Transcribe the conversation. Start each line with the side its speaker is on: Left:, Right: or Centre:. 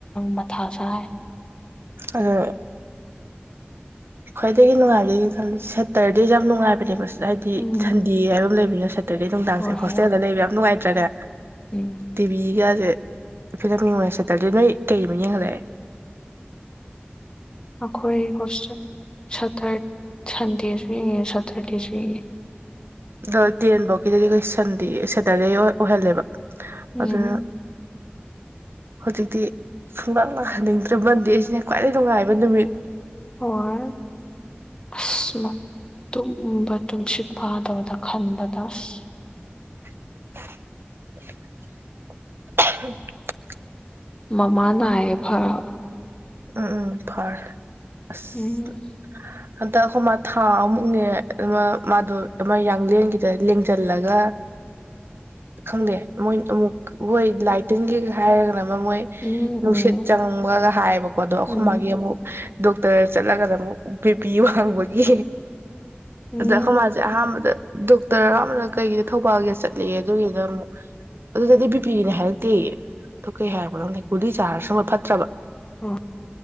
Left: ꯃꯊꯥꯁꯥꯢ
Right: ꯑꯗꯣ ꯈ꯭ꯋꯥꯏꯗꯒꯤ ꯅꯨꯡꯉꯥꯏꯗꯅꯤ ꯈꯜꯂꯤ ꯁꯦꯇꯔꯗꯦꯁ ꯌꯥꯝ ꯅꯨꯡꯉꯥꯏꯕꯅꯦꯕ ꯍꯥꯏꯗꯤ
Left: ꯎꯝ
Right: ꯁꯟꯗꯦ ꯍꯥꯏꯕ ꯑꯃ ꯂꯩꯕꯅꯤꯅ ꯁꯦꯇꯔꯗꯦ ꯅꯨꯡꯗꯥꯡꯁꯦ
Left: ꯍꯣꯏ
Right: ꯍꯣꯁꯇꯦꯜꯗ
Left: ꯍꯣꯏ
Right: ꯂꯩꯕ ꯌꯥꯝ ꯉꯥꯏꯇꯦ ꯆꯠꯂꯦ
Left: ꯎꯝ
Right: ꯇꯤꯕꯤ ꯗꯦ ꯐꯤꯂꯝ ꯃꯤ ꯁꯠꯇꯔꯗꯤ ꯅꯣꯏ ꯀꯩ ꯃ ꯈꯔ
Left: ꯑꯈꯣꯏ ꯍꯣꯁꯇꯦꯜ ꯁꯠꯇꯔ ꯁꯟꯗꯤꯁꯨ ꯌꯦꯡꯉꯦ ꯁꯇꯔꯗꯦꯁꯨ ꯌꯦꯡꯉꯦ
Right: ꯑꯗ ꯇꯦꯟꯐꯧꯀꯤꯗꯗꯤ ꯑꯩꯈꯣꯏ ꯁꯟꯗꯦ ꯁꯦꯇꯔꯗꯦ ꯑꯣꯏꯍꯜꯂꯦꯕ
Left: ꯎꯝ
Right: ꯑꯗꯨꯅ ꯍꯧꯖꯤꯛꯇꯤ ꯁꯨꯡꯂꯥꯛ ꯂꯥꯛꯍꯟꯅꯤꯡꯗ꯭ꯔꯦ ꯃꯟꯗꯦꯁꯤꯅ ꯈ꯭ꯋꯥꯏꯗꯒꯤ ꯅꯨꯡꯉꯥꯏꯕ ꯅꯨꯃꯤꯠ
Left: ꯑꯣ ꯑꯁ ꯇꯨꯝꯕ ꯇꯁꯤꯠ ꯐꯥꯗꯕꯗ ꯇꯟꯕ ꯇꯁ
Right: <unintelligible> <unintelligible>
Left: ꯃꯃꯥ ꯅꯥꯏ ꯐꯔꯕ
Right: ꯎꯝ ꯎꯝ ꯐꯔꯦ ꯑꯁ
Left: ꯎꯝ
Right: ꯍꯟꯗꯛ ꯑꯩꯈꯣꯏ ꯃꯥ ꯊꯥ ꯑꯃꯨꯛꯅꯦ ꯑꯃ ꯃꯥꯗꯣ ꯑꯃ ꯌꯥꯡꯂꯡꯂꯦꯟꯒꯤꯗ ꯂꯦꯡꯁꯤꯜꯂꯒ ꯈꯪꯗꯦ ꯃꯣꯏ ꯑꯃꯨꯛ ꯍꯣꯏ ꯂꯥꯏ ꯇꯤꯟꯒꯤ ꯍꯥꯏꯔꯒꯅ ꯃꯣꯏ
Left: ꯎꯝ
Right: ꯅꯨꯡꯁꯤꯠ ꯆꯪꯕꯒ ꯍꯥꯏꯕꯀꯣ ꯑꯗꯣ ꯑꯩꯈꯣꯏ
Left: ꯎꯝ
Right: ꯃꯥꯒꯤ ꯑꯃꯨꯛ ꯗꯣꯛꯇꯔ ꯆꯠꯂꯒꯗ ꯑꯃꯨꯛ ꯕꯦꯄꯤ ꯋꯥꯡꯕꯒꯤ
Left: ꯎꯝ
Right: ꯑꯈꯣꯏ ꯃꯥꯁꯦ ꯑꯍꯥꯟꯕꯗ ꯗꯣꯛꯇꯔ ꯑꯃꯅ ꯀꯩꯒꯤꯅ ꯊꯧꯕꯥꯜꯒꯤ ꯆꯠꯂꯦ ꯑꯗꯨꯒꯤꯗ ꯑꯃꯨꯛ ꯑꯗꯨꯗꯗꯤ ꯕꯤꯄꯤꯒꯤꯅꯦ ꯍꯥꯏꯔꯛꯇꯦ ꯀꯩ ꯍꯥꯏꯔꯛꯄꯅꯣ ꯒꯨꯂꯤ ꯆꯥꯔ ꯁꯨꯡꯐꯠ ꯐꯠꯇ꯭ꯔꯕ
Left: ꯑꯣ